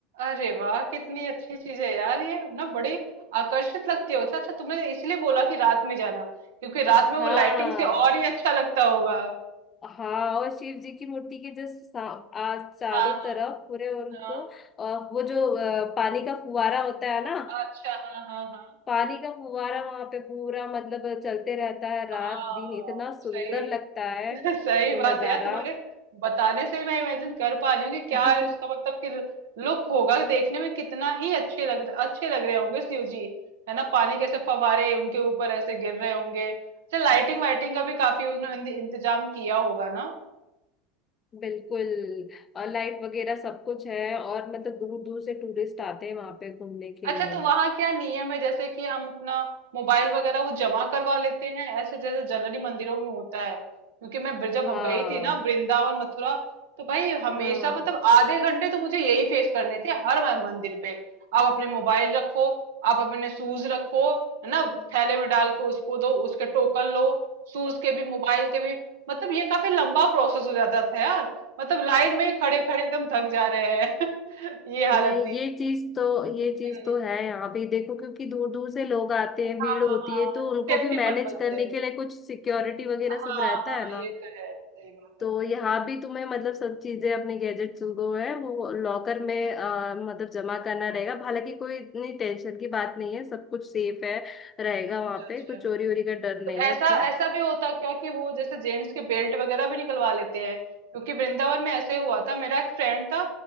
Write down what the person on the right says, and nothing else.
अरे वाह कितनी अच्छी चीज है यार ये ना बड़ी आकर्षित लगती है अच्छा अच्छा तुमने इसलिए बोला कि रात में जाना क्योंकि रात में
वो लाइटिंग से और ही अच्छा लगता होगा
हाँ हाँ
हाँ
अच्छा हाँ हाँ हाँ
हाँ
सही
<laughs> सही
बात
है यार तुम्हारे बताने से ही मैं इमेजिन कर पा रही हूँ कि क्या
है उसका मतलब कि लुक होगा देखने में कितना ही अच्छे लग रहे अच्छे लग रहे होंगे शिव जी है ना पानी कैसे फवारे उनके ऊपर ऐसे गिर रहे होंगे अच्छा लाइटिंग वाइटिंग का भी काफी उन्होंने इंत- इंतजाम किया होगा ना
अच्छा
तो वहां क्या नियम है जैसे कि हम अपना मोबाइल वगैरह वो जमा करवा लेते हैं ऐसे जैसे जनरली मंदिरों में होता है क्योंकि मैं ब्र-
जब गई थी ना वृंदावन मथुरा तो भाई हमेशा
मतलब आधे घंटे तो मुझे यही फेस करने थे हर म- मंदिर पे आप अपने मोबाइल रखो आप अपने शूज रखो है ना थैले में डाल के उसको दो उसके टोकन लो शूज के भी मोबाइल के भी मतलब ये काफी लंबा प्रोसेस हो जाता था यार मतलब लाइन में ही खड़े खड़े एकदम थक जा रहे हैं <laughs> ये हालत
थी
हाँ
हाँ
सेफ्टी
पर्पस
से
हाँ
हाँ
ये तो है सही बात
है
अच्छा
अच्छा
तो
ऐसा
ऐसा भी होता क्या कि वो जैसे जेंट्स के बेल्ट वगैरह भी निकलवा लेते हैं क्योंकि वृंदावन में ऐसे ही हुआ था मेरा एक फ्रेंड था